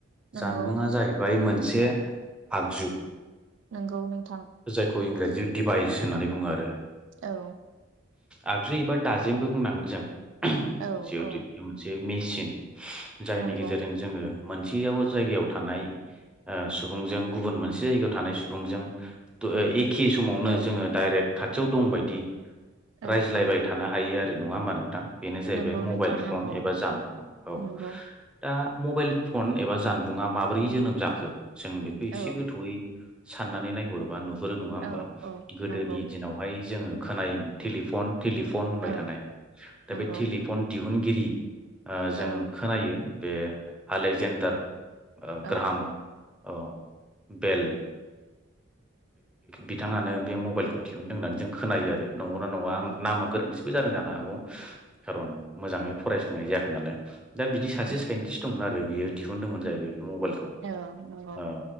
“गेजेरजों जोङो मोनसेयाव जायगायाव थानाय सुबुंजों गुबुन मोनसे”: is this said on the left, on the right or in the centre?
Centre